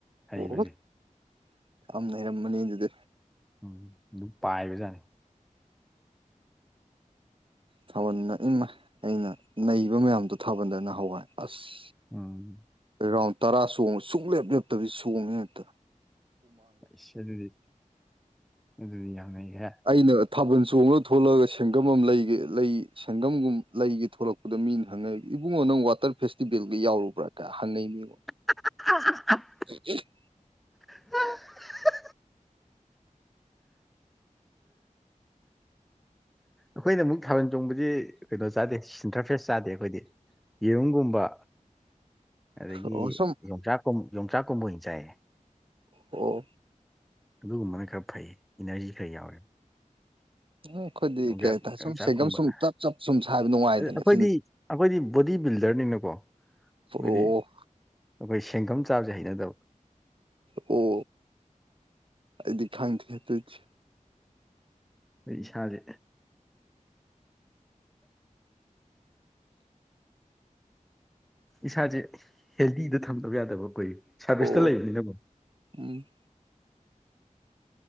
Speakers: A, in the centre; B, on the right.
A: ꯍꯩꯕꯁꯦ
B: <unintelligible> ꯌꯥꯝ ꯅꯩꯔꯝꯃꯅꯤ ꯑꯗꯨꯗꯤ
A: ꯎꯝ ꯑꯗꯨꯝ ꯄꯥꯏꯕꯖꯥꯠꯅꯤ
B: ꯊꯥꯕꯜꯅ ꯏꯃ ꯑꯩꯅ ꯅꯩꯕ ꯃꯌꯥꯝꯗꯣ ꯊꯥꯕꯜꯗꯅ ꯍꯋꯥꯏ ꯑꯁ
A: ꯎꯝ
B: ꯔꯥꯎꯟ ꯇꯔꯥ ꯁꯣꯡꯕ ꯁꯨꯡꯛꯂꯦꯞ ꯂꯦꯞꯇꯕꯤꯗꯤ ꯁꯣꯡꯉꯦ ꯍꯦꯞꯇ
A: ꯏꯁ ꯑꯗꯨꯗꯤ ꯑꯗꯨꯗꯤ ꯌꯥꯝ ꯅꯩꯈ꯭ꯔꯦ
B: ꯑꯩꯅ ꯊꯥꯕꯜ ꯆꯣꯡꯉꯒ ꯊꯣꯛꯣꯂꯛꯑꯒ ꯁꯦꯡꯒꯝ ꯑꯃ ꯂꯩꯒꯦ ꯂꯩ ꯁꯪꯒꯝꯒꯨꯝ ꯂꯩꯒꯦ ꯊꯣꯛꯂꯛꯄꯗ ꯃꯤꯅ ꯍꯪꯉꯛꯏ ꯏꯕꯨꯡꯉꯣ ꯅꯪ ꯋꯥꯇꯔ ꯐꯦꯁꯇꯤꯕꯦꯜꯒ ꯌꯥꯎꯔꯨꯕ꯭ꯔꯥ ꯀꯥꯏ ꯍꯟꯅꯩ <unintelligible>
A: <unintelligible>
B: <unintelligible>
A: <unintelligible> ꯑꯩꯈꯣꯏꯅ ꯑꯃꯨꯛ ꯊꯥꯕꯜ ꯆꯣꯡꯕꯁꯤ ꯀꯩꯅꯣ ꯆꯥꯗꯦ ꯁꯤꯟꯊ꯭ꯔꯥ ꯐꯦꯁ ꯆꯥꯗꯦ ꯑꯩꯈꯣꯏꯗꯤ ꯌꯦꯔꯨꯝꯒꯨꯝꯕ ꯑꯗꯒꯤ
B: ꯑꯣ ꯁꯨꯝ
A: ꯌꯣꯡꯆꯥꯛ ꯌꯣꯡꯆꯥꯛ ꯀꯨꯝꯕ ꯑꯣꯏꯅ ꯆꯥꯏꯌꯦ
B: ꯑꯣ
A: ꯑꯗꯨꯒꯨꯝꯕꯅ ꯈꯔ ꯐꯩ ꯏꯅꯔꯖꯤ ꯈꯔ ꯌꯥꯎꯋꯦ
B: ꯎꯝ ꯑꯩꯈꯣꯏꯗꯤ
A: ꯌꯣꯡꯆꯥꯛ
B: ꯀꯩ ꯍꯥꯏꯇꯥꯔꯦ
A: ꯌꯣꯡꯆꯥꯛꯀꯨꯝꯕ
B: ꯁꯨꯝ ꯁꯦꯡꯒꯝ ꯁꯨꯝ
A: ꯑ-
B: ꯆꯞ ꯆꯞ ꯁꯨꯝ ꯁꯥꯏꯕ ꯅꯨꯡꯉꯥꯏꯗꯅꯦ
A: ꯑꯩꯈꯣꯏꯗꯤ
B: ꯁꯤ
A: ꯑꯩꯈꯣꯏꯗꯤ ꯕꯣꯗꯤ ꯕꯤꯜꯗꯔꯅꯤꯅꯀꯣ ꯃꯣꯏꯗꯤ
B: ꯑꯣ
A: ꯑꯩꯈꯣꯏ ꯁꯦꯟꯐꯝꯝ ꯆꯥꯕꯁꯦ ꯍꯩꯅꯗꯕ
B: ꯑꯣ ꯑꯩꯗꯤ ꯈꯪꯗꯦꯍꯦ ꯑꯗꯨꯗꯤ
A: ꯑꯩ ꯏꯁꯥꯁꯦ ꯏꯁꯥꯁꯦ ꯍꯦꯜꯗꯤꯗ ꯊꯝꯗꯕ ꯌꯥꯗꯕ ꯑꯩꯈꯣꯏ ꯁꯥꯔꯚꯤꯁꯇ
B: ꯑꯣ
A: ꯂꯩꯕꯅꯤꯅꯀꯣ
B: ꯎꯝ